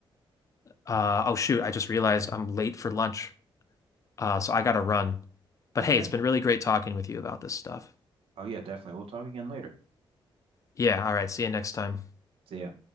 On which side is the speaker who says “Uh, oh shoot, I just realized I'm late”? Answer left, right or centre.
Left